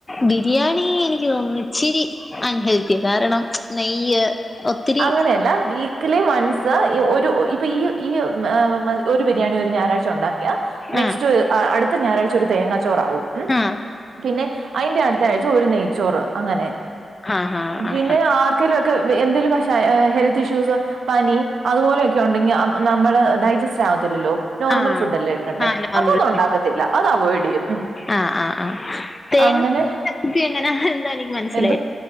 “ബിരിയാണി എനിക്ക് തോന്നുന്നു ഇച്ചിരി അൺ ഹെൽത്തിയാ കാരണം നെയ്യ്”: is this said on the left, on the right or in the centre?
Left